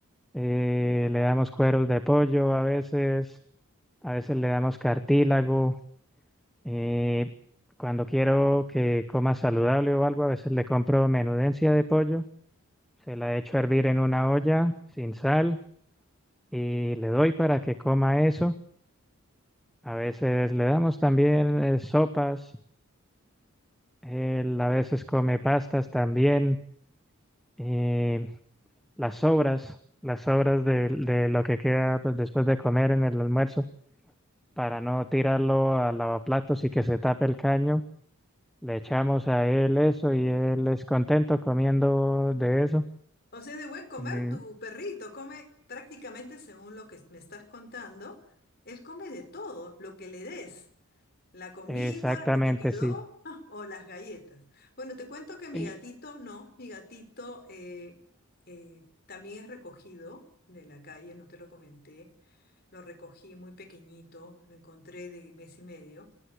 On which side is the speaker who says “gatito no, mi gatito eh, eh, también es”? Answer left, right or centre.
Left